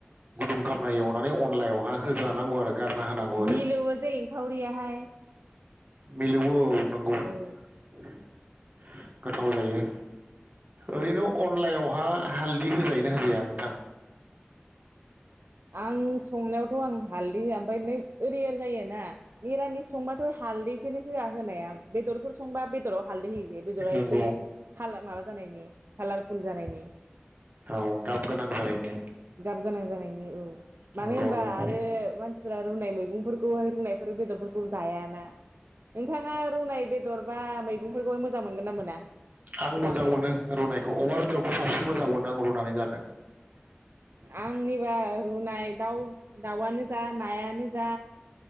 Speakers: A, on the right; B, on the right.
A: गुदुं खामनाय एवनानै अनलायावहाय होदलानांगौ आरो। गारना होनांगौ ओरै
B: मिलौवो जै एंखावरियाहाय।
A: मिलौओ औ। नंगौ।
B: औ
A: <unintelligible> गोथाव जायो ओरैनो अनलायावहा हालदि होजायोना होजाया नोंथां?
B: आं संनायावथ' आं हालदै होआ ओमफ्राय नै ओरै जाय ना मिरामिस संबाथ' हालदैखौनो होआ होनाया। बेदरफोर संबा बेदराव हालदै होयो जे बेदरा
A: नंगौ
B: एसे खाला माब जानायनि कालारफुल जानायनि
A: औ गाब गोनां जानायनि
B: गाब गोनां जानायनि औ
A: नंगौ
B: मानो होनबा
A: नंगौ
B: आरो मानसि मानफोरा रुनाय मैगंफोरखौहाय रुनायफोर बेदरफोरखौ जायाना। नोंथाङा रुनाय बेदर बा मैगंफोरखौय मोजां मोनगोन ना मोना
A: आं मोजां
B: जानो?
A: मोनो रुनायखौ अमा बेदरखौ साबसिन मोजां मोनो आं रुनानै जानो
B: आंनिबा रुनाय दाउ दाउआनो जा नायानो जा